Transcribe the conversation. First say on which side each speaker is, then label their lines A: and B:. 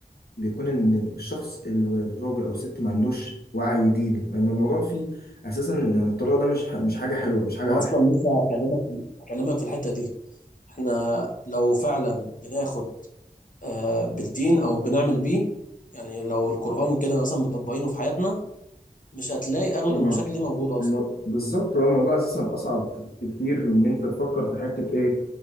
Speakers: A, on the left; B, on the left.
A: بيكون ان الشخص الراجل او الست ما عندوش وعي ديني لان الموضوع فيه اساسا ان الطلاق ده مش ح- مش حاجه حلوه مش حاجه
B: انا اصلا لسه هكلمك هكلمك في الحتة دي احنا لو فعلا بناخد آه، بالدين او بنعمل بيه يعني لو القرآن كده مثلا مطبقينه في حياتنا مش هتلاقي اغلب
A: ما-
B: المشاكل دي موجودة
A: ما-
B: اصلا
A: بالظبط هو الموضوع اساسا اصعب بكتير من ان انت تفكر في حته ايه